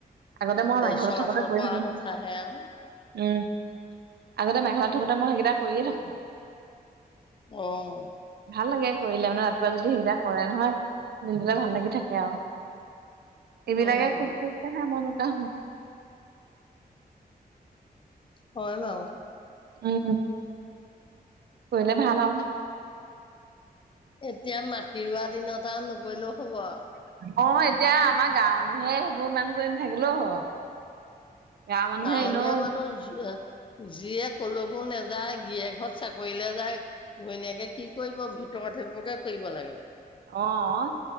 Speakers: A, on the right; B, on the left.
A: আগতে মই
B: তেজ
A: মই
B: চলাচল
A: থাকোতে কৰি
B: কৰা
A: থাকো, নহয়।
B: কথাহে আৰু
A: উম, আগতে মা, ঘৰত থাকোতে মই সেইকেইটা কৰিয়ে থাকো।
B: উম,
A: ভাল লাগে কৰিলে মানে ৰাতিপুৱা যদি সেইকেইটা কৰে নহয়, দিনটোলে ভাল লাগি থাকে আৰু। এইবিলাকে
B: উম
A: খোজ-তোজ কাঢ়ে, মই নাকাঢ়ো।
B: হয় বাৰু।
A: উম, কৰিলে ভাল আৰু।
B: এতিয়া মাটি ৰুৱা দিনত। <inaudible> নকৰিলেও হ'ব আৰু।
A: অ, এতিয়া আমাৰ গাঁৱৰ মানুহে সেইবোৰ ইমান কৰি নাথাকিলেও হয়। গাঁৱৰ মানুহে
B: টাউনীয়া
A: এনেও
B: মানুহ যো যিয়ে ক'লৈকো নাযায়, গিৰিয়েক হ'ত চাকৰিলে যায়। ঘৈনীয়েকে কি কৰিব ভিতৰত সেইবোৰকে কৰিব লাগে।
A: অ'।